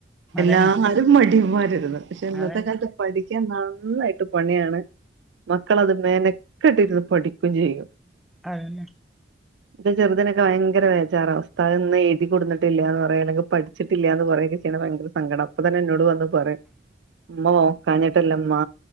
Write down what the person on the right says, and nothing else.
എല്ലാവരും
മടിയമായിരുന്നു പക്ഷെ ഇന്നത്തെ
കാലത്ത് പഠിക്കാൻ നന്നായിട്ട് പണിയാണ്, മക്കളത് മേനക്കെട്ടിരുന്ന് പഠിക്കുകയും ചെയ്യും.
എൻ്റെ ചെറുതിനൊക്കെ ഭയങ്കര വേചാറാ, ഉസ്താദ് ഇന്ന് എഴുതി കൊണ്ടുന്നിട്ടിലാന്ന് പറയാനൊക്കെ, പഠിച്ചിട്ടില്ല എന്ന് പറയാനൊക്കെയാണ് ഭയങ്കര സങ്കടം അപ്പ തന്നെ എന്നോട് വന്ന് പറയും ഉമ്മ നോക്കാഞ്ഞിട്ടല്ലുമ്മ